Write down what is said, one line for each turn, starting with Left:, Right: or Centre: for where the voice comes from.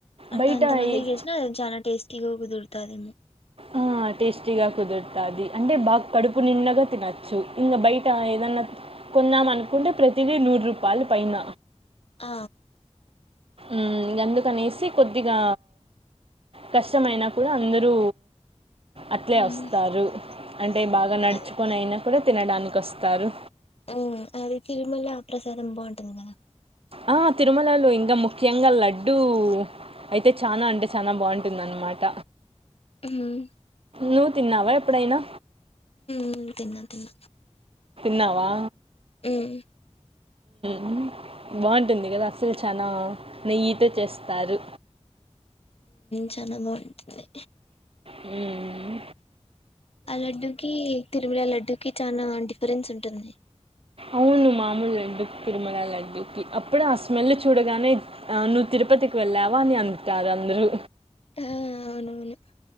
Left: అంటే
Right: బయట
Left: అంత మందికి
Right: ఏ-
Left: చేసిన అది చాన టేస్టీగా కుదురు తాదేమో
Right: ఆ టేస్టీగా కుదురుతాది అంటే బాగా కడుపు నిన్నగా తినచ్చు ఇంగ బయట ఏదన్న కొందాం అనుకుంటే ప్రతిదీ నూరు రూపాయలు పైన.
Left: ఆ
Right: మ్మ్ అందుకనేసి కొద్దిగా కష్టమైనా కూడా అందరూ అట్లే
Left: ఉమ్
Right: వస్తారు అంటే బాగ నడుచుకొని
Left: అది
Right: అయినా కూడ తినడానికి వస్తారు
Left: ఉమ్ అది తిరుమల ప్రసాదం బాగుంటుంది కదా.
Right: ఆ తిరుమలలో ఇంగ ముఖ్యంగా లడ్డూ అయితే చానా అంటే చాన బాగుంటుంది అన్మాట
Left: హ్మ్
Right: నువ్వు తిన్నావా ఎప్పుడైనా?
Left: తిన్న తిన్న తిన్న
Right: న్నావా
Left: మ్మ్
Right: మ్మ్ బాగుంటుంది కదా అసలు చాన నెయ్యితో చేస్తారు.
Left: చాన బాగుంటుంది
Right: హ్మూ
Left: ఆ లడ్డుకి, తిరుమల లడ్డుకి, చానా డిఫరెన్స్ ఉంటుంది.
Right: అవును మామూలు లడ్డు తిరుమల లడ్డుకి అప్పుడే ఆ స్మెల్ చూడగానే నువ్వు తిరుపతికి వెళ్ళావా అని అంటారు అందరు.
Left: ఆ అవునవును